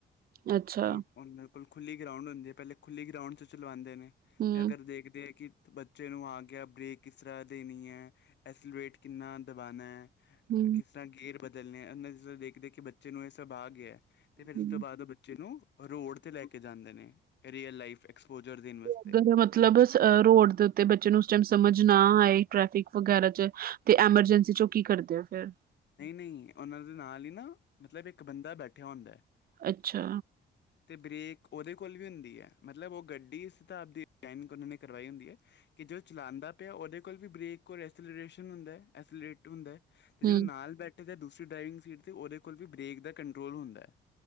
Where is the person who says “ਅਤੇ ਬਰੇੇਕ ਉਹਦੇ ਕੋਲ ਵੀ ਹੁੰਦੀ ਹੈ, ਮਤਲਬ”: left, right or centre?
Left